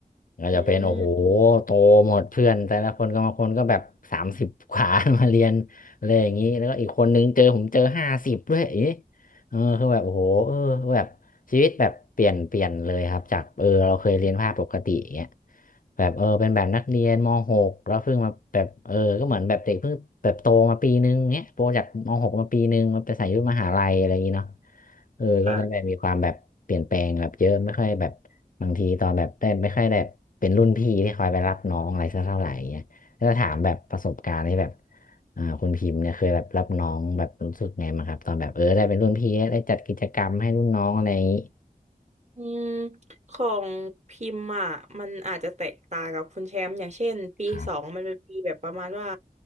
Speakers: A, on the left; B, on the right.
A: ก็จะเป็นโอ้โห
B: อืม
A: โตหมดเพื่อนแต่ละคนก็บางคนก็แบบสามสิบกว่า <laughs> มาเรียนอะไรอย่างนี้แล้วก็อีกคนนึงเจอผมเจอห้าสิบด้วยอย่างนี้ เออคือแบบโอ้โหเออแบบชีวิตแบบเปลี่ยนเปลี่ยนเลยครับจากเออเราเคยเรียนภาคปกติอย่างเงี้ยแบบเออเป็นแบบนักเรียนม .6 แล้วเพิ่งมาแบบเออก็เหมือนแบบเด็กเพิ่งแบบโตมาปีนึงเงี้ยโตจากม .6 มาปีนึงมาไปใส่ยุคมหาลัยอะไรอย่างงี้เนาะเออก็เลยแบบมีความแบบเปลี่ยนแปลงแบบเยอะไม่ค่อยแบบ
B: ค่ะ
A: บางทีตอนแบบได้ไม่ค่อยแบบเป็นรุ่นพี่ที่คอยไปรับน้องอะไรสักเท่าไหร่เงี้ยถ้าถามแบบประสบการณ์ที่แบบ อ่าคุณพิมพ์เนี่ยเคยแบบรับน้องแบบรู้สึกไงมั้างครับตอนแบบเออได้เป็นรุ่นพี่ได้จัดกิจกรรมให้รุ่นน้องอะไรอย่างนี้
B: อืมของพิมพ์อ่ะมันอาจจะแตกต่างกับคุณแชมป์อย่างเช่นปีสองมันเป็นปีแบบประมาณว่า
A: ครับ